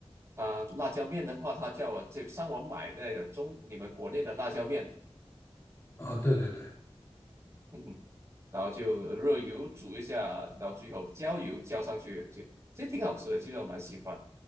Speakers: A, on the right; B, on the left.
A: 啊辣椒面的话，他叫我这个上网买那个中你们国内的辣椒面，
B: 啊，对对对，
A: <laughs> 嗯然后就热油煮一下，然后最后浇油浇上去，就其实挺好吃的，其实我蛮喜欢。